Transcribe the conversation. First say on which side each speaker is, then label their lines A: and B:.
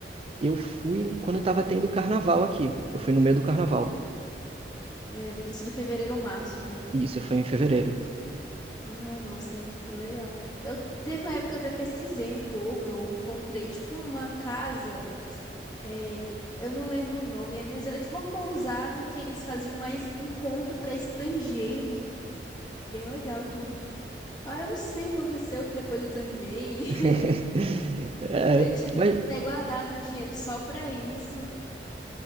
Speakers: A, on the right (about 30°); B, on the left (about 25°).
A: Eu fui quando estava tendo carnaval aqui. Eu fui no meio do carnaval.
B: É, deve ter sido fevereiro ou março, né?
A: E Isso foi em fevereiro.
B: Ai, nossa, que legal. Eu teve uma época que eu até pesquisei um pouco, eu encontrei tipo uma casa, é, eu não lembro o nome, era- mas era tipo uma pousada que eles faziam mais em conta para estrangeiros, bem legal e tudo. Ah, eu não sei o que aconteceu que depois eu desanimei.
A: <laughs>
B: <laughs>
A: É,
B: Eu tinha
A: mas,
B: até guardado dinheiro só para isso.